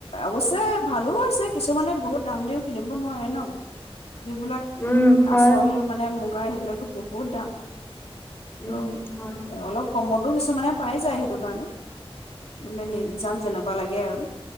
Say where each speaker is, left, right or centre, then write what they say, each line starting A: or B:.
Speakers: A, on the left; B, on the left.
A: অৱশ্যে ভালো হৈছে কিছুমানে বহুত দাম দিও কিনিব নোৱাৰে ন যিবিলাক
B: উম হয়
A: আচল মানে মুগাৰ এইবিলাকতো বহুত দাম
B: উম
A: ত'
B: হয় হয়
A: অলপ কমতো কিছুমানে পাই যায় সেইটো কাৰণে মানে
B: উম
A: নি জাক যেনেকুৱা লাগে আৰু